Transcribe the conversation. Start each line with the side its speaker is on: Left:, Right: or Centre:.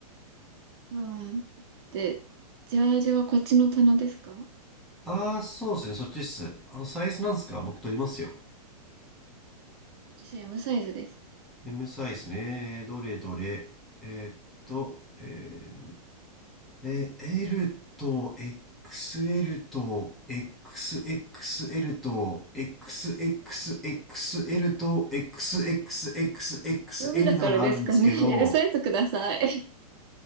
Right: うん。で、ジャージはこっちの棚ですか
Centre: ああそうですねそっちっすあのサイズなんですか僕取りますよ
Right: 私 M サイズです。
Centre: M サイズねどれどれえーっと、えーえー、L と XL と XXL と XXXL と XXXXL
Right: 海だからですかね。
Centre: ならあるんですけど、
Right: <laughs> L サイズください。